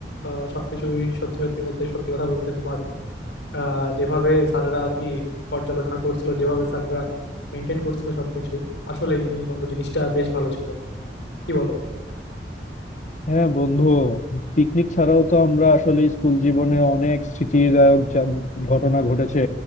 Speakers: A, on the left; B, on the left.
A: আহ, সবকিছুই সত্যি সত্যি বলতে সত্যি কথা বলতে তোমার আহ, যেভাবে স্যারেরা আর কি পর্যালোচনা করছিল যেভাবে স্যারেরা মেনটেন করছিল সবকিছু আসলে জিনিস বন্ধু জিনিসটা বেশ ভালো ছিল কি বলো
B: হ্যাঁ বন্ধু পিকনিক ছাড়াও তো আমরা আসলে স্কুল জীবনে অনেক স্মৃতিদায়ক যা- ঘটনা ঘটেছে